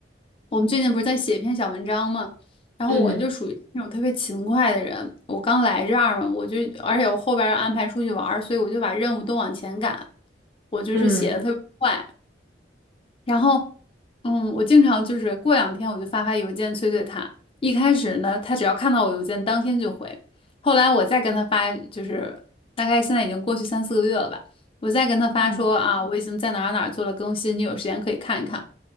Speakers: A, on the left (about 30°); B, on the right (about 75°).
A: 我们最近不是在写一篇小文章嘛，然后我就属于那种特别勤快的人，
B: 嗯
A: 我刚来这儿嘛，我就而且我后边要安排出去玩儿所以我就把任务都往前赶，我就是写的特别快。
B: 嗯
A: 然后，嗯，我经常就是过两天我就发发邮件催催他。一开始呢，他只要看到我邮件，当天就回。后来我再跟他发，就是大概现在已经过去三四个月了吧，我再跟他发说啊，
B: 嗯
A: 我已经在哪儿哪儿做了更新，你有时间可以看一看。